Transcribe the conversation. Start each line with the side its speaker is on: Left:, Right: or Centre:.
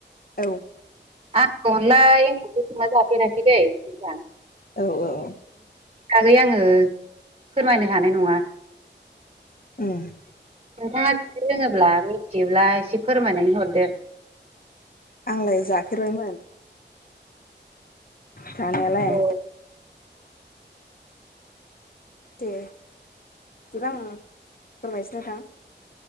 Left: औ
Right: आंखौ अनला एंखुरखौ संना जाफेराखै दै <unintelligible>
Left: औ औ
Right: आगै आङो फोरमायनो हानाय नङा
Left: उम
Right: नोंथाङा जुदि रोङोब्ला मिनथियोब्ला एस से फोरमायनानै हरदो
Left: आंलाय जाफेरबायमोन जानायालाय
Right: औ
Left: दे बिदिबा आं फोरमायनोसै नोंथां